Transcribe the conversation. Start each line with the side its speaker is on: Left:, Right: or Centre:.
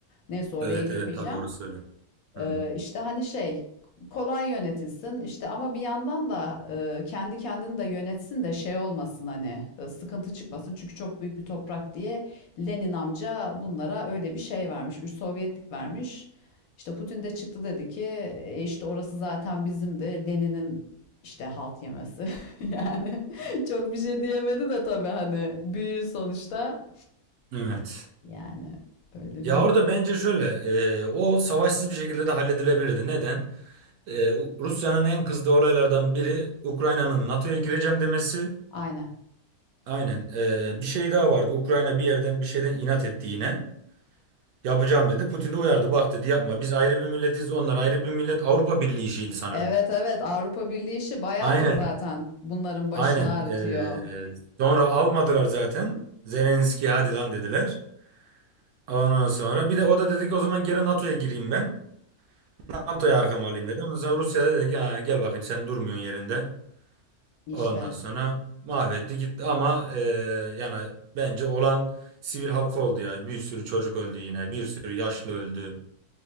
Left: Neyse oraya
Right: Evet
Left: girmeyeceğim.
Right: evet tabii orası öyle. Hmm.
Left: Ee, işte hani şey kolay yönetilsin işte ama bir yandan da e, kendi kendini de yönetsin de şey olmasın hani e, sıkıntı çıkmasın çünkü çok büyük bir toprak diye Lenin amca bunlara öyle bir şey vermiş bir Sovyetlik vermiş. İşte Putin de çıktı dedi ki "E, işte orası zaten bizimdi Lenin'in işte halt yemesi <laughs> yani çok bir şey diyemedi de tabii hani büyü sonuçta
Right: Evet.
Left: yani öyle
Right: Ya
Left: bir
Right: orada bence şöyle e, o savaşsız bir şekilde de halledilebilirdi. Neden? E, U- Rusya'nın en kızdığı olaylardan biri Ukrayna'nın NATO'ya gireceğim demesi.
Left: aynen.
Right: Aynen. E, bir şey daha vardı. Ukrayna bir yerden bir şeyden inat etti yine. Yapacağım dedi. Putin de uyardı. Bak dedi yapma. Biz ayrı bir milletiz. Onlar ayrı bir millet. Avrupa Birliği işiydi sanırım.
Left: Evet evet Avrupa Birliği işi bayağıdır
Right: Aynen.
Left: zaten bunların başını
Right: Aynen.
Left: ağrıtıyor.
Right: E, sonra almadılar zaten. Zelenski hadi lan dediler. Ondan sonra bir de o da dedi ki o zaman geri NATO'ya gireyim ben. NATO'ya arkama alayım dedi. Ondan sonra Rusya dedi ki "Ha, gel bakayım sen durmuyorsun yerinde.
Left: İşte
Right: Ondan sonra mahvetti gitti ama e, yani bence olan sivil halka oldu ya. Bir sürü çocuk öldü yine. Bir sürü yaşlı öldü.